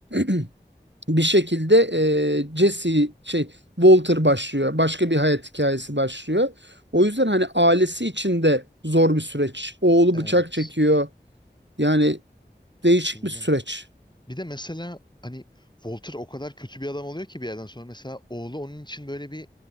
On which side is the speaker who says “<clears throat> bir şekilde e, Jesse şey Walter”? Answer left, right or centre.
Right